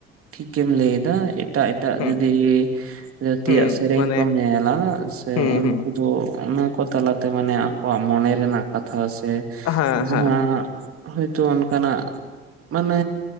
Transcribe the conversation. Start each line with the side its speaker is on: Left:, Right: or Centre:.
Right: ᱴᱷᱤᱠ ᱜᱮᱢ ᱞᱟᱹᱭᱫᱟ ᱮᱴᱟᱜ ᱮᱴᱟᱜ
Left: ᱦᱩᱸ
Right: ᱡᱩᱫᱤ ᱡᱟᱹᱛᱤᱭᱟᱜ
Left: ᱦᱩᱸ
Right: ᱥᱮᱨᱮᱧ
Left: ᱢᱟᱱᱮ
Right: ᱠᱚᱢ ᱧᱮᱞᱟ ᱥᱮ
Left: ᱦᱩᱸ
Right: ᱩᱱᱠᱩ
Left: ᱦᱩᱸ
Right: ᱫᱚ ᱚᱱᱟ ᱠᱚ ᱛᱟᱞᱟᱛᱮ ᱢᱟᱱᱮ ᱟᱠᱚᱣᱟᱜ ᱢᱚᱱᱮ ᱨᱮᱱᱟᱜ ᱠᱟᱛᱷᱟ ᱥᱮ,
Left: ᱦᱮᱸ
Right: ᱡᱟᱦᱟᱸ
Left: ᱦᱮᱸ
Right: ᱦᱚᱭᱛᱳ ᱚᱱᱼᱼ ᱠᱟᱱᱟᱜ ᱢᱟᱱᱮᱻ